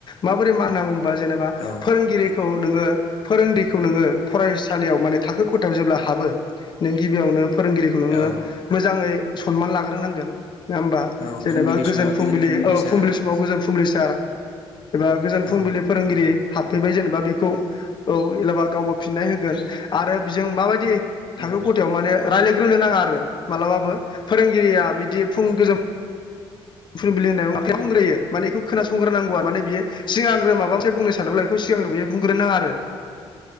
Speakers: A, on the left; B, on the left.
A: माबोरै मा होनना बुंबा जेनबा
B: औ
A: फोरोंगिरि खौ नोङो फोरोंगिरिखौ नोङो फरायसालियाव माने थाखो खथायाव जेब्ला हाबो नों गिबियावनो फोरोंगिरिखौ नोङो
B: औ
A: मोजाङै सनमान लाग्रोनांगोन नङा होमबा
B: औ
A: जेनेबा
B: फुंबिलि
A: गोजोन
B: समाव
A: फुंबिलि औ
B: सार
A: फुंबिलि समाव गोजोन फुंबिलिसार एबा गोजोन
B: औ
A: फुंबिलि फोरोंगिरि हाबफैबाय जेनेबा बेखौ औ एलाबा गावबो फिननाय होगोन आरो बिजों माबायदि
B: औ
A: थाखो खथायाव माने रायज्लायग्रोनो नाङा आरो मालाबाबो फोरोंगिरिया बिदि फुं गोजौ फुंबिलि होननायाव <unintelligible> बुंग्रोयो माने एखौ खोनसंग्रोनांगौ आरो माने बि सिगांग्रो माबा मोनसे बुंनो सानोब्ला बेखौ सिगांनो बेयो बुंग्रो नाङा आरो ।